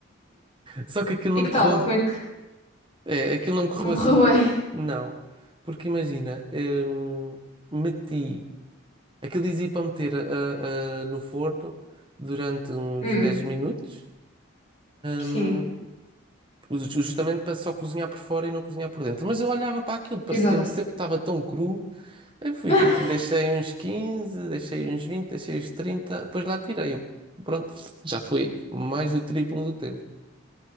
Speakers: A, on the right; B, on the left.
A: Só que aquilo
B: E
A: não
B: que
A: me correu,
B: tal? Como é que
A: é, aquilo não me correu
B: não correu
A: assim,
B: bem?
A: não. Porque imagina, hum, meti, aquilo dizia para meter ah, ah, no forno durante uns
B: Hum,
A: 10 minutos.
B: sim,
A: hum, Ju- Justamente para só cozinhar por fora e não cozinhar por dentro. Mas eu olhava para aquilo, parecia-me
B: exato.
A: sempre que estava tão cru. Eu fui,
B: <laughs>
A: deixei uns 15, deixei uns 20, deixei uns 30. depois lá tirei. Eu, Pronto, já foi mais do triplo do tempo.